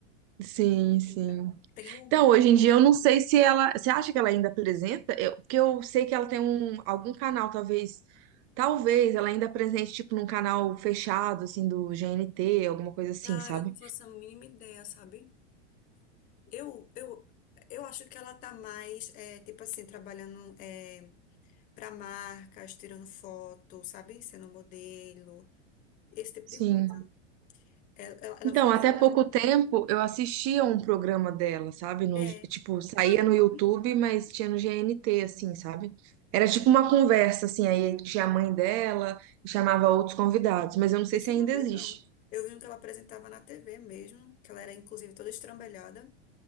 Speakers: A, on the right; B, on the left.
A: Sim, sim.
B: Pinta. Tem uma.
A: Então, hoje em dia eu não sei se ela. Você acha que ela ainda apresenta? Eu, porque eu sei que ela tem um, algum canal, talvez. Talvez ela ainda apresente, tipo, num canal fechado, assim, do GNT, alguma coisa assim,
B: Cara,
A: sabe?
B: eu não faço a mínima ideia, sabe? Eu, eu, eu acho que ela tá mais, é, tipo assim, trabalhando. é, para marcas, tirando foto, sabe? Sendo modelo, esse tipo
A: Sim.
B: de coisa. Ela, ela ela
A: Então,
B: fazia.
A: até pouco tempo eu assistia um programa dela, sabe? No,
B: É.
A: tipo, saía
B: Qual é o
A: no
B: nome?
A: YouTube, mas tinha no GNT, assim, sabe? Era tipo uma conversa, assim, aí tinha a mãe dela, chamava outros convidados, mas eu não sei
B: Esse
A: se
B: eu
A: ainda
B: não vi,
A: existe.
B: não. Eu vi um que ela apresentava na TV mesmo, que ela era inclusive toda estrambelhada.